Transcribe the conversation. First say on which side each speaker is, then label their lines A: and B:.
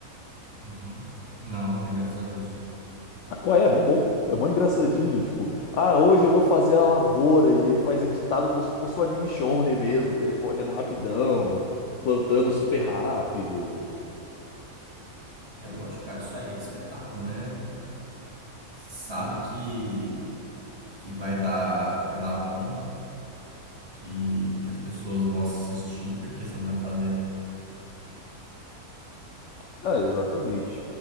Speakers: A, on the right; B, on the left.
A: Uhum. Não, não vi, graças a Deus.
B: Ah, qual é? É mó bom, pô. É mó engraçadinho, tipo, ah, hoje eu vou fazer a lavoura e ele faz editado como se fosse um anime shonen mesmo, ele correndo rapidão, plantando super rápido.
A: É lógico, cara, isso aí é espetáculo, né? Sabe que, que vai dar, vai dar bom, que, que as pessoas vão assistir, porque você não vai fazer.
B: Ah, exatamente.